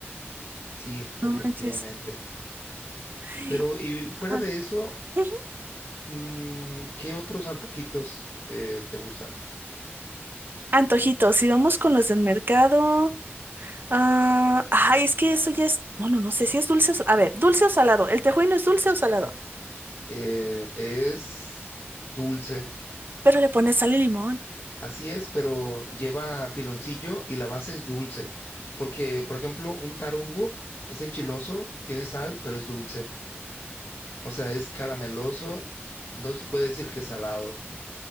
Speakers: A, on the left; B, on the right.
A: sí, definitivamente.
B: No manches. Ay,
A: Pero y fuera
B: Ajá.
A: de eso,
B: Ujú.
A: mm, ¿qué otros antojitos eh, te gustan?
B: Antojitos, si vamos con los del mercado. Ah, ay, es que eso ya es. Bueno, no sé si es dulce o. sal- A ver, dulce o salado. ¿El tejuino es dulce o salado?
A: Eh, es dulce,
B: Pero le pones sal y limón.
A: así es, pero lleva piloncillo y la base es dulce. Porque, por ejemplo, un tarugo es enchiloso, tiene sal, pero es dulce. O sea, es carameloso, no se puede decir que es salado.